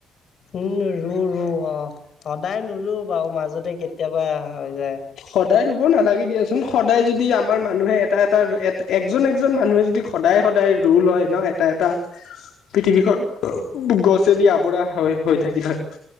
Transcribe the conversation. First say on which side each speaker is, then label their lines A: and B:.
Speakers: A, on the left (about 55°); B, on the left (about 75°).
A: উম ৰু ৰু অ সদায় নৰু বাৰু মাজতে কেতিয়াবা হয় যায়
B: সদায় ৰুব নালাগে দিয়াচোন সদায় যদি আমাৰ মানুহে এটা এটা একজন একজন মানুহে যদি সদায় সদায় ৰোল হয় ন এটা এটা পৃথিৱীখনত গছেদি আৱৰা হৈ হৈ থাকিল হয়